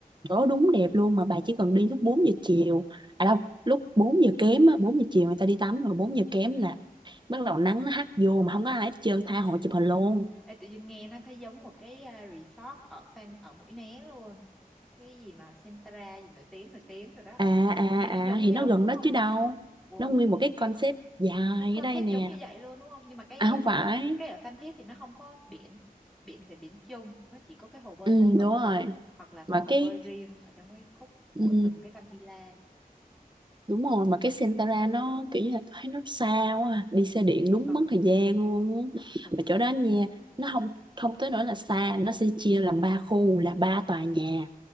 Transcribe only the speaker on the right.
chỗ đúng đẹp luôn mà bà chỉ cần đi lúc bốn giờ chiều à đâu lúc 4 giờ kém á 4 giờ chiều người ta đi tắm rồi bốn giờ kém
là bắt đầu nắng nó hắt vô mà không có ai hết trơn tha hồ chụp hình luôn
à à
à
thì
nó gần
đó
chứ đâu
nó nguyên một cái concept dài
ở đây nè
à không
phải
Ừ
đúng rồi
mà
cái
ừ,
đúng rồi mà cái Sentara nó kiểu như là tôi thấy nó xa quá à. đi xe điện đúng
mất thời gian luôn á.
mà chỗ đó nha nó không không tới nỗi là xa nó sẽ chia làm ba khu là ba tòa nhà